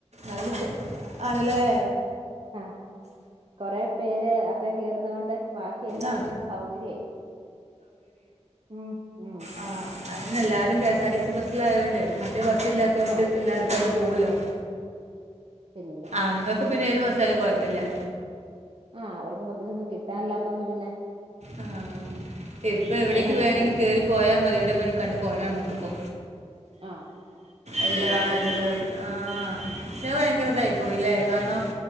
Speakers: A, on the right (about 70°); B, on the right (about 50°).
A: അത് ശരി. ആണ് ലേ
B: ആ കൊറെ പേര് അപ്പ കേറ്- ന്നുകൊണ്ട് ബാക്കി എല്ലാർക്കും
A: ആ
B: സൗകര്യായി ഉം ഉം
A: ആ് അതന്നെ എല്ലാരും K S R T C ബസ്സ്ലായോണ്ട് മറ്റേ ബസ്സ ഇല്ലാത്തൊണ്ട്
B: ആഹ്
A: എല്ലാർക്കും അത് പോവല്ലോ.
B: പിന്നില്ലേ
A: ആണുങ്ങൾക്ക് പിന്നെ ഏത് ബസാലും കൊഴപ്പല്ല്യാ
B: ആഹ് അവർക്ക് പുത്തച്ചൊന്നും കിട്ടാല്ലാത്തോണ്ട് പിന്നെ
A: ആ. ഇപ്പൊ എവിടേക്ക്
B: അവരങ്ങനെ
A: വേണെങ്കിൽ
B: പോവും
A: കേറി പോയാ മതി. എവിടെ പോയി കണ്ടു പോരാ നമ്മുക്കിപ്പോ
B: ആഹ് അവരെന്തിനേലും
A: എല്ലാതിലും
B: പൊക്കോളും
A: ആഹ പക്ഷെ ഭയങ്കരതായിപ്പോയില്ലേ
B: ഉം
A: കാര്ണം